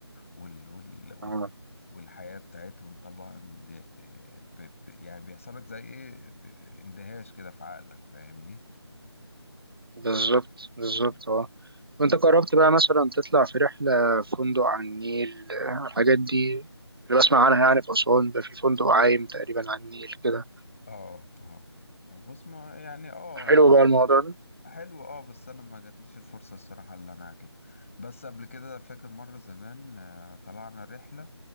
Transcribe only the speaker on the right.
ده
بالظبط بالظبط
اه وانت قربت بقى مثلا تطلع في رحلة في فندق على النيل آه، الحاجات دي اللي بسمع عنها يعني في أسوان ده في فندق عايم تقريبا على النيل كده
حلو
بقى الموضوع ده